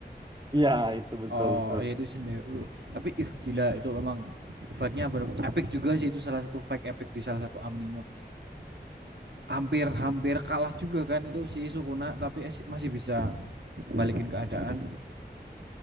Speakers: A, on the right (about 25°); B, on the right (about 75°).
A: Iya itu betul
B: Oh,
A: betul.
B: ya itu season 2. Tapi ih gila itu emang fight-nya bener- epic juga sih itu salah satu fight epic di salah satu anime. Hampir-hampir kalah juga kan itu si Sukuna tapi eh, si, masih bisa balikin keadaan.